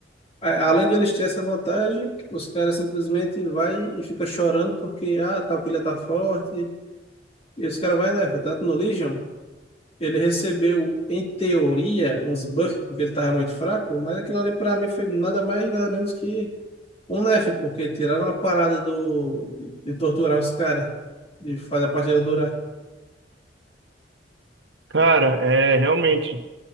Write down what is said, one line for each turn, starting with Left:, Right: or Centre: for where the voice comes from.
Left: A- Além de eles terem essa vantagem, os caras simplesmente vai e fica chorando porque, ah, tal Killer tá forte. E os caras vai, né? Tanto no Legion, ele recebeu, em teoria, uns buffs porque ele tava muito fraco, mas aquilo ali pra mim foi nada mais, nada menos que um nerf, porque tiraram a parada do, de torturar os caras, de fazer a partida durar.
Right: Cara, é realmente.